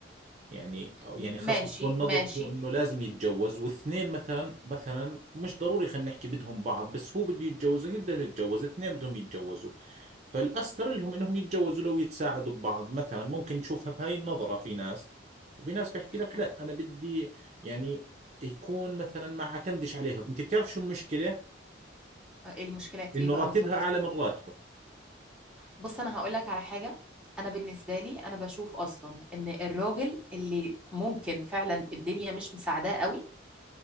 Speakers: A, on the right; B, in the centre.
A: يعني يعني
B: م-
A: خاص
B: ماشي
A: بتكون نظرته
B: ماشي
A: انه لازم يتجوز واثنين مثلا مثلا مش ضروري خلينا نحكي بدهم بعض بس هو بده يتجوز وهي بدها تتجوز اثنين بدهم يتجوزوا فالاستر لهم انهم يتجوزوا لو يتساعدوا ببعض مثلا ممكن تشوفها بهاي النظرة في ناس وفي ناس بيحكي لك
B: م-
A: لا انا بدي يعني يكون مثلا ما اعتمدش عليها انت بتعرف شو المشكلة
B: المشكلة في
A: انه
B: إيه بقى
A: راتبها
B: بالظبط
A: اعلى من راتبه
B: بص أنا هقول لك على حاجة أنا بالنسبة لي أنا بشوف أصلا إن الراجل اللي ممكن فعلا الدنيا مش مساعداه قوي